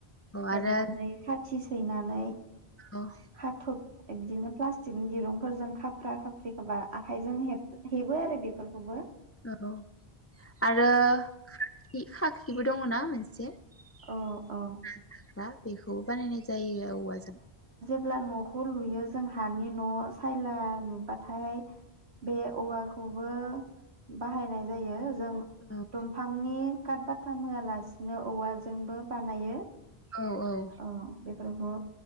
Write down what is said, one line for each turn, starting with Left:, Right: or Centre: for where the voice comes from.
Left: औ आरो
Right: हेबनानै खाथि सै सैनानै
Left: औ।
Right: खाथब बिदिनो प्लास्टिकनि दिरुंफोरजों खा खाफ्रा खाफ्रि खोबा आखाइजों हेब-हेबो आरो बेफोरखौबो।
Left: औ आरो खाखि खाखिबो दङ ना? <unintelligible> बेखौ
Right: औ औ
Left: बानायनाय जायो औवाजों
Right: ब्ला नखौ लुयो जों हानि न सायला लुबाथाय बे औवाखौबो बाहायनाय जायो जों
Left: औ
Right: दंफांनि काट बाथाम होआलासिनो औवाजोंबो बानायो
Left: औ औ
Right: औ बेफोरखौ